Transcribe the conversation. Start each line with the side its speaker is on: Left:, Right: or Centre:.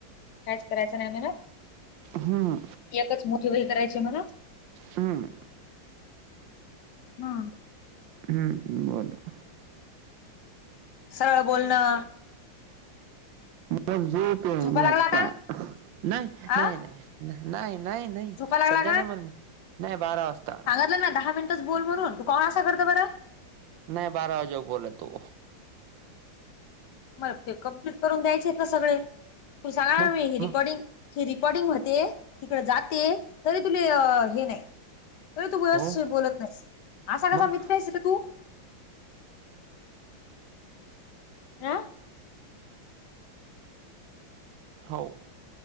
Left: काहीच करायचं नाही नाय मेनू
Right: हम्म
Left: एकच मोठी वही करायची म्हणे.
Right: हम्म
Left: हा.
Right: हम्म, बोलो.
Left: सरळ बोलणंआ?
Right: मग झोप येईली
Left: झोपा लागला
Right: आता,
Left: का
Right: नाही नाही
Left: आ
Right: नाही. नाही नाही नाही
Left: झोपा लागला
Right: सध्या नाही म्हणे ग नाही बारा वाजता.
Left: नाही दहा मिनिटच बोल म्हून तू कोण असा करत बरं.
Right: नाही बारा वाजेक बोलेल तू.
Left: मग ते कम्प्लीट करून द्यायचे आहेत ना सगळे, तू सांग
Right: मग
Left: मी हि रिकॉर्डिंग
Right: मग
Left: हे रिकॉर्डिंग व्हते, तिकडं जाते, तरी तुला हे नाही. तरी तू व्ययस्थित
Right: हो
Left: बोलत नाहीस, असा
Right: मग
Left: कसा मित्रयेरे? तु आ
Right: हो,